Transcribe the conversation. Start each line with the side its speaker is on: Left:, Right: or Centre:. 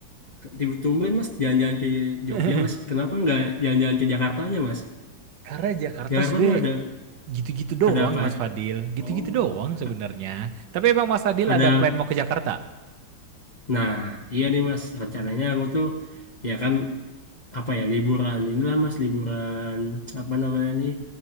Left: tiba- tumben Mas jalan-jalan ke Jogja
Right: <laughs>
Left: Mas? Kenapa nggak jalan-jalan ke Jakarta aja Mas?
Right: Karena Jakarta
Left: Jakarta
Right: sebenarnya
Left: tuh ada
Right: gitu-gitu doang
Left: ada apa?
Right: Mas Fadil, gitu-gitu
Left: Oh,
Right: doang sebenarnya.
Left: a-
Right: Tapi emang Mas Fadil
Left: ada.
Right: ada plan mau ke Jakarta?
Left: Nah, iya nih Mas. Rencananya aku tuh ya kan apa ya liburan inilah mas liburan apa namanya nih